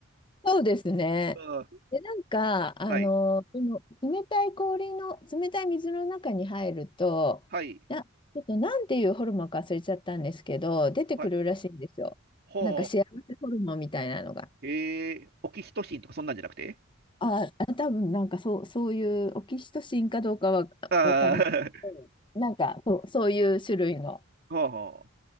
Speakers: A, on the left; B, on the right.
A: そうですね。
B: うん。
A: で、なんか、あの、
B: はい。
A: この冷たい氷の、冷たい水の中に入ると、
B: はい。
A: な、ちょっとなんていうホルモンか忘れちゃったんですけど、出てくるらしいんですよ。
B: はい。ほ
A: なんか幸せホルモンみたいなのが。
B: う。えー、オキシトシンとかそんなんじゃなくて
A: あ、あ多分なんかそう、そういうオキシトシンかどうかはわかんない。
B: あ
A: うんなんかそう、そういう種類の。
B: あ、<laughs> は